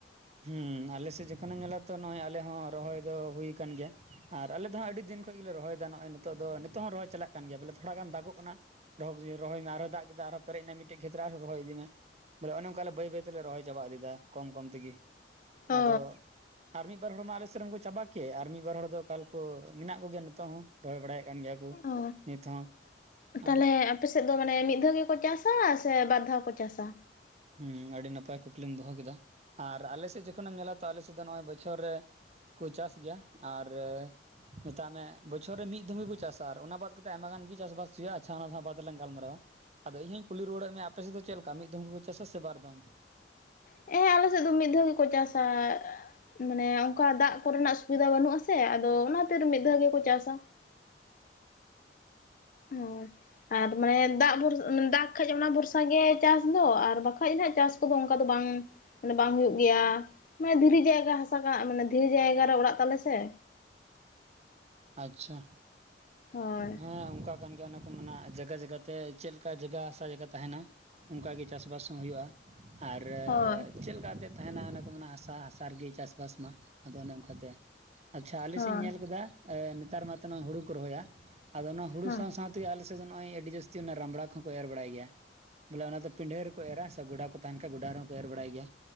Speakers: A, on the right; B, on the left.
A: ᱦᱩᱸ ᱟᱞᱮ ᱥᱮᱫ ᱡᱚᱠᱷᱚᱱ ᱮᱢ ᱧᱮᱞᱟ ᱛᱚ ᱱᱚᱜ ᱚᱭ ᱟᱞᱮ ᱦᱚᱸ ᱨᱚᱦᱚᱭ ᱫᱚ ᱦᱩᱭ ᱟᱠᱟᱱ ᱜᱮᱭᱟ᱾ ᱟᱨ ᱟᱞᱮ ᱫᱚ ᱦᱟᱸᱜ ᱟᱹᱰᱤ ᱫᱤᱱ ᱠᱷᱚᱡ ᱜᱮᱞᱮ ᱨᱚᱦᱚᱭ ᱮᱫᱟ, ᱱᱚᱜᱼᱚᱭ ᱱᱤᱛᱚᱜ ᱫᱚ ᱱᱤᱛᱚᱜ ᱦᱚᱸ ᱨᱚᱦᱚᱭ ᱪᱟᱞᱟᱜ ᱠᱟᱱ ᱜᱮᱭᱟ ᱵᱚᱞᱮ ᱛᱷᱚᱲᱟ ᱜᱟᱱ ᱫᱟᱜᱚᱜ ᱠᱟᱱᱟ᱾ ᱨᱚᱦ ᱨᱚᱦᱚᱭ ᱢᱮ ᱟᱨᱦᱚᱸ ᱫᱟᱜ ᱠᱮᱫᱟ ᱟᱨᱦᱚᱸ ᱯᱮᱨᱮᱡ ᱮᱱᱟ ᱢᱤᱫᱴᱮᱱ ᱠᱷᱮᱛᱨᱮ ᱨᱮ ᱟᱨᱚᱸ ᱨᱚᱭ ᱤᱫᱤ ᱢᱮ, ᱵᱚᱞᱮ ᱚᱱᱮ ᱚᱱᱠᱟ ᱵᱟᱹᱭ ᱵᱟᱹᱭ ᱛᱮᱞᱮ ᱨᱚᱦᱚᱭ ᱪᱟᱵᱟ ᱤᱫᱤᱭ ᱫᱟ ᱠᱚᱢ ᱠᱚᱢ ᱛᱮᱜᱤ,
B: ᱚ
A: ᱟᱫᱚ ᱟᱨ ᱢᱤᱫ ᱵᱟᱨ ᱦᱚᱲ ᱢᱟ ᱟᱞᱮ ᱥᱮᱫ ᱨᱮᱱ ᱠᱚ ᱪᱟᱵᱟ ᱠᱮᱫ, ᱟᱨ ᱢᱤᱫ ᱵᱟᱨ ᱦᱚᱲ ᱫᱚ ᱚᱠᱟᱞ ᱠᱚ ᱢᱮᱱᱟᱜ ᱠᱚᱜᱮᱭᱟ ᱱᱤᱛᱚᱜ ᱦᱚᱸ᱾ ᱨᱚᱦᱚᱭ ᱵᱟᱲᱟᱭ ᱮᱫ ᱠᱟᱱ ᱜᱮᱭᱟ ᱠᱚ
B: ᱚ
A: ᱱᱤᱛ ᱦᱚᱸ
B: ᱛᱟᱦᱚᱞᱮ
A: ᱟᱫᱚ
B: ᱟᱯᱮ ᱥᱮᱫ ᱫᱚ ᱢᱟᱱᱮ ᱢᱤᱫ ᱫᱷᱟᱣ ᱜᱮᱠᱚ ᱪᱟᱥᱟ ᱥᱮ ᱵᱟᱨ ᱫᱷᱟᱣ ᱠᱚ ᱪᱟᱥᱟ?
A: ᱦᱮᱸ ᱟᱹᱰᱤ ᱱᱟᱯᱟᱭ ᱠᱩᱠᱞᱤᱢ ᱫᱚᱦᱚ ᱠᱮᱫᱟ, ᱟᱨ ᱟᱞᱮ ᱥᱮᱫ ᱡᱚᱠᱷᱚᱱᱮᱢ ᱧᱮᱞᱟ ᱛᱚ ᱟᱞᱮ ᱥᱮᱫ ᱫᱚ ᱱᱚᱜ-ᱚᱭ ᱵᱚᱪᱷᱚᱨ ᱨᱮ ᱠᱚ ᱪᱟᱥ ᱜᱮᱭᱟ ᱟᱨ, ᱢᱮᱛᱟᱜ ᱢᱮ ᱵᱚᱪᱷᱚᱨ ᱨᱮ ᱢᱤᱫ ᱫᱷᱚᱢ ᱜᱮᱠᱩ ᱪᱟᱥᱟ ᱟᱨ ᱚᱱᱟ ᱵᱟᱫ ᱠᱟᱛᱮᱫ, ᱟᱭᱢᱟ ᱜᱟᱱ ᱜᱮ ᱪᱟᱥᱵᱟᱥ ᱦᱩᱭᱩᱜ-ᱟ ᱟᱪᱪᱷᱟ ᱚᱱᱟ ᱥᱟᱶ ᱵᱟᱫᱽ ᱨᱮᱞᱟᱝ ᱜᱟᱞᱢᱟᱨᱟᱣᱟ᱾ ᱟᱫᱚ ᱤᱧ ᱦᱚᱧ ᱠᱩᱞᱤ ᱨᱩᱣᱟᱹᱲᱮᱜ ᱢᱮᱭᱟ, ᱟᱯᱮ ᱥᱮᱫ ᱫᱚ ᱪᱮᱫ ᱞᱮᱠᱟ ᱢᱤᱫ ᱫᱷᱚᱢ ᱜᱮᱠᱚ ᱪᱟᱥᱟ ᱥᱮ ᱵᱟᱨ ᱫᱷᱚᱢ?
B: ᱦᱮᱸ ᱟᱞᱮ ᱥᱮᱫ ᱫᱚ ᱢᱤᱫ ᱫᱷᱟᱣ ᱜᱮᱠᱚ ᱪᱟᱥᱟ ᱢᱟᱱᱮ ᱚᱱᱠᱟ ᱫᱟᱜ ᱠᱚᱨᱮᱱᱟᱜ ᱥᱩᱵᱤᱫᱟ ᱵᱟᱹᱱᱩᱜ-ᱟ ᱥᱮ, ᱟᱫᱚ ᱚᱱᱟᱛᱮᱨ ᱢᱤᱫ ᱫᱷᱟᱣ ᱜᱮᱠᱚ ᱪᱟᱥᱟ᱾ ᱦᱳᱭ ᱟᱨ ᱢᱟᱱᱮ ᱫᱟᱜ ᱵᱷᱚᱨᱥ ᱫᱟᱜ ᱠᱷᱟᱡ ᱚᱱᱟ ᱵᱷᱚᱨᱥᱟ ᱜᱮ ᱪᱟᱥ ᱫᱚ ᱟᱨ ᱵᱟᱠᱷᱟᱡ ᱦᱟᱸᱜ ᱪᱟᱥ, ᱚᱱᱠᱟ ᱫᱚ ᱵᱟᱝ ᱢᱟᱱᱮ ᱵᱟᱝ ᱦᱩᱭᱩᱜ ᱜᱮᱭᱟ, ᱢᱟᱱᱮ ᱫᱷᱤᱨᱤ ᱡᱟᱭᱜᱟ ᱦᱟᱥᱟ ᱠᱟ ᱢᱟᱱᱮ ᱫᱷᱤᱨᱤ ᱡᱟᱭᱜᱟ ᱨᱮ ᱚᱲᱟᱜ ᱛᱟᱞᱮ ᱥᱮ,
A: ᱟᱪᱪᱷᱟ
B: ᱦᱳᱭ
A: ᱦᱮᱸ ᱚᱱᱠᱟ ᱠᱟᱱ ᱜᱮᱭᱟ ᱚᱱᱟ ᱠᱚ ᱢᱮᱱᱟᱜ ᱡᱟᱜᱟ ᱡᱟᱜᱟ ᱛᱮ ᱪᱮᱫ ᱞᱮᱠᱟ ᱡᱟᱜᱟ ᱦᱟᱥᱟ ᱡᱟᱭᱜᱟ ᱛᱟᱦᱮᱱᱟ ᱚᱝᱠᱟ ᱜᱮ ᱪᱟᱥ ᱵᱟᱥ ᱦᱚᱸ ᱦᱩᱭᱩᱜ-ᱟ᱾ ᱟᱨ
B: ᱦᱳᱭ
A: ᱪᱮᱫ ᱞᱮᱠᱟ ᱠᱟᱛᱮᱫ ᱛᱟᱦᱮᱱᱟ ᱚᱱᱟ ᱠᱚ ᱢᱮᱱᱟ ᱦᱟᱥᱟ ᱦᱟᱥᱟ ᱨᱮᱜᱮ ᱪᱟᱥ ᱵᱟᱥ ᱢᱟ ᱟᱫᱚ ᱚᱱᱮ ᱚᱱᱠᱟᱛᱮ ᱟᱪᱪᱷᱟ ᱟᱞᱮ
B: ᱦᱳᱭ
A: ᱥᱮᱫ ᱤᱧ ᱧᱮᱞ ᱠᱟᱫᱟ ᱮᱸ ᱱᱮᱛᱟᱨ ᱢᱟᱛᱚ ᱱᱚᱭ ᱦᱩᱲᱩ ᱠᱚ ᱨᱚᱦᱚᱭ-ᱟ ᱟᱫᱚ ᱚᱱᱟ ᱦᱩᱲᱩ
B: ᱦᱮᱸ
A: ᱥᱟᱶ ᱥᱟᱶ ᱛᱮᱜᱮ ᱟᱞᱮᱥᱮᱫ ᱫᱚ ᱱᱚᱜᱚᱭ ᱟᱹᱰᱤ ᱡᱟᱹᱥᱛᱤ ᱚᱱᱟ ᱨᱟᱢᱵᱽᱲᱟ ᱠᱚᱦᱚᱠᱚ ᱮᱨ ᱵᱟᱲᱟᱭ ᱜᱮᱭᱟ, ᱵᱚᱞᱮ ᱚᱱᱟ ᱫᱚ ᱯᱤᱱᱰᱷᱟᱹ ᱨᱮᱠᱚ ᱮᱨᱟ ᱥᱮ ᱜᱚᱰᱟ ᱠᱚ ᱛᱟᱦᱮᱱ ᱠᱷᱟᱡ ᱜᱚᱰᱟ ᱨᱮᱦᱚᱸ ᱠᱚ ᱮᱨ ᱵᱟᱲᱟᱭ ᱜᱮᱭᱟ᱾